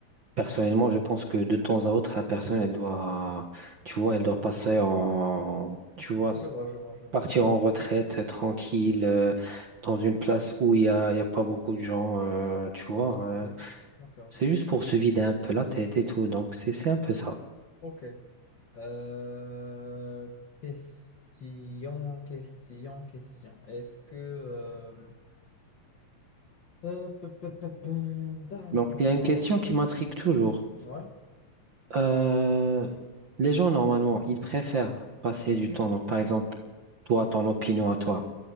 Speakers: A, on the right; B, on the left.
A: personnellement, je pense que de temps à autre, la personne, elle doit, tu vois, elle doit passer en, tu vois,
B: Je vois, je vois, je vois,
A: partir
B: je vois.
A: en retraite euh, tranquille, euh, dans une place où il y a, il y a pas beaucoup de gens, euh, tu vois,
B: Ok,
A: euh,
B: ok, ok.
A: c'est juste pour se vider un peu la tête et tout, donc c'est c'est un peu ça.
B: Ok. Euh, question, question, question. Est-ce que... euh, euh, pe- pe- pe- pe- D'accord,
A: Donc, il y a une question
B: alors.
A: qui m'intrigue toujours.
B: Ouais.
A: Euh, les gens, normalement, ils préfèrent passer du temps. Donc, par exemple, toi, ton opinion à toi,